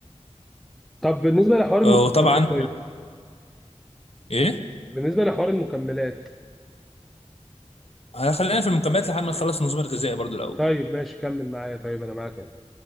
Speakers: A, in the centre; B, on the left.
A: طب بالنسبه لحوار المكملات
B: وطبعا
A: طيب
B: ايه
A: بالنسبه لحوار المكملات
B: خلينا في المكملات لحد ما نخلص النظام الغذائي برضه الاول
A: طيب ماشي كمل معايا طيب انا معاك أهو.